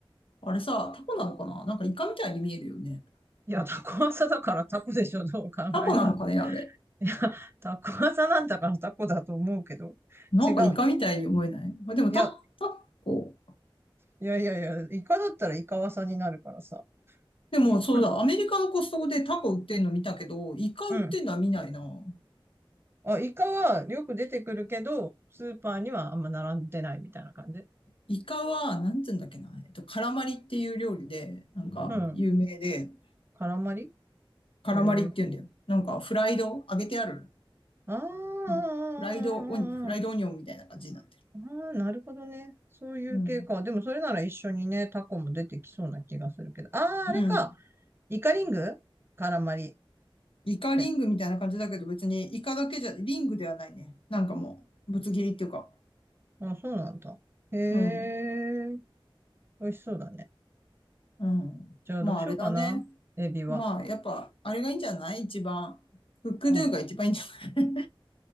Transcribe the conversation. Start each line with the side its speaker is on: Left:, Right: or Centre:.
Left: あれさ、タコなのかななんかイカみたいに見えるよね。
Right: いや、タコ朝だからタコでしょ、どう考えたら。
Left: タコなのかね、あれ。
Right: いや、タコ技なんだからタコだと思うけど。
Left: なんかイカみたいに思えない。
Right: 違うの
Left: あ、でもタ、
Right: いや、
Left: タコ。
Right: いやいやいや、イカだったらイカワサになるからさ。
Left: でも、
Right: <laughs>
Left: そうだ、アメリカのコストコでタコ売ってんの見たけど、イカ売ってんのは見ないな。
Right: うん。あ、イカはよく出てくるけど、スーパーにはあんま並んでないみたいな感じ。
Left: イカは、なんつうんだっけな。えっと、カラマリっていう料理で、なんか有名で、
Right: うん。カラマリ
Left: カラマリって言うんだよ。
Right: へえ。
Left: なんかフライド、揚げてある。
Right: あーあー、
Left: うん。フライドオニ、フライドオニオンみたいな感じになってる。
Right: あーあーあーなるほどね。そういう系か。
Left: うん。
Right: でもそれなら一緒にね、タコも出てきそうな気がするけど。ああ、
Left: うん。
Right: あれか。イカリングカラマリっ
Left: イカリングみたいな感じだけど、
Right: て。
Left: 別にイカだけじゃ、リングではないね。なんかもう、ぶつ切りっていうか。
Right: あ、そうなんだ。へえ。
Left: うん。
Right: 美味しそうだね。
Left: うん。
Right: じゃあどうしようかな。
Left: まあ、あれだね。
Right: エビは。
Left: まあ、やっぱ、あれがいいんじゃない一番。クックドゥが一番いいんじゃない
Right: うん。